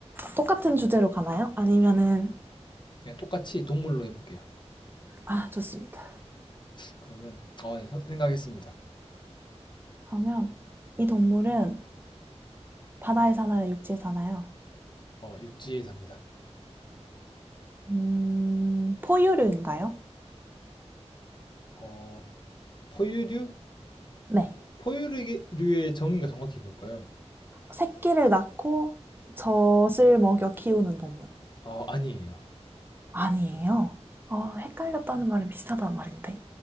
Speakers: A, on the right; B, on the left.
A: 똑같은 주제로 가나요? 아니면은,
B: 그냥 똑같이 동물로 해볼게요.
A: 아, 좋습니다.
B: 그러면, 아, 네, 서- 생각했습니다.
A: 그러면 이 동물은 바다에 사나요? 육지에 사나요?
B: 어, 육지에 삽니다.
A: 음, 포유류인가요?
B: 어, 포유류?
A: 네.
B: 포유류의 정의가 정확히 뭘까요?
A: 새끼를 낳고 젖을 먹여 키우는 동물.
B: 어, 아니에요.
A: 아니에요. 어, 헷갈렸다는 말은 비슷하다는 말인데.